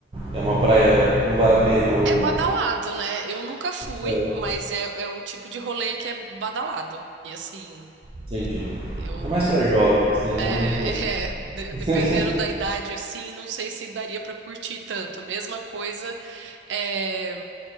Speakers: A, on the right; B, on the right.
A: é uma praia, não vale a pena ou...
B: É badalado, né? Eu nunca fui,
A: É,
B: mas é, é o tipo de rolê que é badalado. E assim,
A: entendi.
B: eu
A: É mais para jovens, né? Não
B: é,
A: pra...
B: <laughs> é, de-
A: <laughs>
B: dependendo da idade assim, não sei se daria pra curtir tanto. Mesma coisa É,